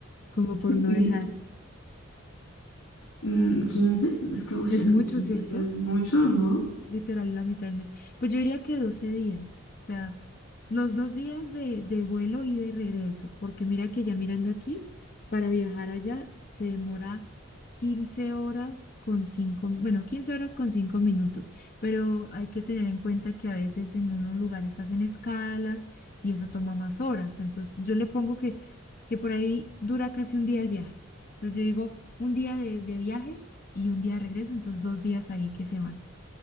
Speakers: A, on the left; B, on the left.
A: como por no
B: Mm,
A: dejar.
B: mm, 15, es que, uy,
A: Es
B: es
A: mucho,
B: que 15
A: ¿cierto?
B: ya es mucho, ¿no?
A: Literal, la mitad del mes. Pues yo diría que 12 días, o sea, los dos días de, de vuelo, ida y regreso, porque mira que ya mirando aquí, para viajar allá se demora 15 horas con 5, bueno, 15 horas con 5 minutos, pero hay que tener en cuenta que a veces en unos lugares hacen escalas y eso toma más horas. Entonces yo le pongo que, que por ahí dura casi un día el viaje. Entonces yo digo, un día de, de viaje y un día de regreso, entonces dos días ahí que se van.